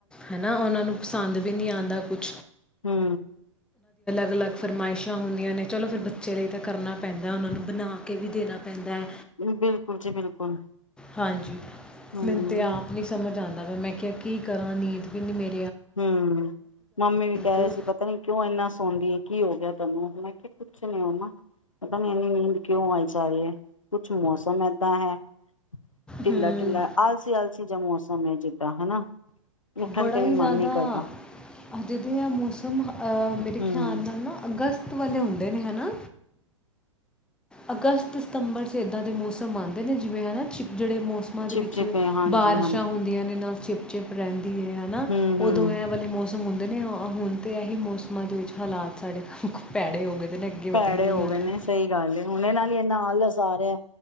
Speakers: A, in the centre; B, on the left.
A: ਹੈਨਾ ਉਹਨਾਂ ਨੂੰ ਪਸੰਦ ਵੀ ਨਹੀਂ ਆ ਦਾ ਕੁਛ,
B: ਹੂ
A: ਅਲੱਗ ਫਰਮਾਇਸ਼ਾਂ ਹੁੰਦੀਆਂ ਨੇ ਚਲੋ ਫਿਰ ਬੱਚੇ ਲਈ ਤਾਂ ਕਰਨਾ ਪੈਂਦਾ ਉਹਨਾਂ ਨੂੰ ਬਣਾ ਕੇ ਵੀ ਦੇਣਾ ਪੈਂਦਾ ਐ।
B: ਬਿਲਕੁਲ ਜੀ ਬਿਲਕੁਲ,
A: ਹਾਂਜੀ,
B: ਹੂੰ
A: ਮੈਨੂੰ ਤੇ ਆਪ ਨੀ ਸਮਝ ਆਂਦੀ - ਨਾਲੇ ਮੈਂ ਕਿਹਾ ਕੀ ਕਰਾਂ ਨੀਂਦ ਵੀ ਨੀ ਮੇ
B: ਹੂ ਮੰਮੀ ਵੀ ਕਹਿ
A: ਪੀੜ
B: ਰਹੇ ਸੀ ਪਤਾ ਨੀ ਕਿਉਂ ਇੰਨਾ ਸੋਂਦੀ ਐ, ਕੀ ਹੋ ਹੋ ਗਿਆ ਤੈਨੂੰ ਮੈਂ ਕਿਹਾ ਕੁਛ ਨੀ ਮੰਮਾ ਪਤਾ ਨੀ ਇੰਨੀ ਨੀਂਦ ਕਿਉਂ ਆਈ ਜਾ ਰਹੀ ਹੈ ਕੁਛ ਮੌਸਮ ਏਦਾਂ ਹੈ। ਢਿੱਲਾ
A: ਹੂੰ
B: ਢਿੱਲਾ ਆਲਸੀ ਆਲਸੀ ਜਾ ਮੌਸਮ ਐ ਜੋ, ਤਾ ਹੈਨਾ, ਉੱਠਣ
A: ਬੜਾ
B: ਤੇ,
A: ਹੀ ਜ਼ਿਆਦਾ
B: ਮਨ ਨੀ ਕਰਦਾ
A: ਅੱਜ ਦੇ ਐ ਮੌਸਮ ਹ ਐ ਮੇਰੇ
B: ਹੂੰ
A: ਖਿਆਲ ਨਾਲ ਨਾ ਅਗਸਤ ਔ ਵਾਲੇ ਹੁੰਦੇ ਨੇ ਹਨਾ। ਅਗਸਤ ਸਤੰਬਰ 'ਚ ਇੱਦਾਂ ਦੇ ਮੌਸਮ ਆ ਦੇ ਨੇ ਜਿਵੇਂ ਹੈਨਾ ਚਿਪ, ਜਿਹੜੇ ਮੌਸਮਾਂ
B: ਚਿਪਚਿਪੇ
A: ਦੇ ਵਿੱਚ
B: ਹਾਂਜੀ
A: ਬਾਰਿਸ਼ਾਂ
B: ਹਾਂਜੀ
A: ਹੁੰਦੀਆਂ ਨੇ ਨਾਲ ਚਿਪ ਚਿਪ ਰਹਿਣ, ਵੀ ਹੈਨਾ
B: ਹੂੰ ਹੂੰ
A: ਉਦੋ ਏ ਵਾਲੇ ਮੌਸ ਹੁੰਦੇ ਨੇ ਹੁਣ ਤੇ ਇਹੀ ਮੌਸਮਾਂ ਦੇ ਵਿੱਚ ਹਾਲਾਤ ਸਾਡੇ ਪੈੜੇ ਹੋ ਗਏ ਦੇ ਨੇ, ਅੱਗੇ
B: ਭੈੜੇ
A: ਪਤਾ ਨਹੀਂ
B: ਹੋ
A: ਕੀ ਹੋਣਾ
B: ਗਏ ਨੇ
A: ਹੈ।
B: ਸਹੀ ਗੱਲ ਏ ਉਹਨ ਨਾਲ, ਬਈ ਐ ਨਾਲ ਏ ਸਾਰੇ,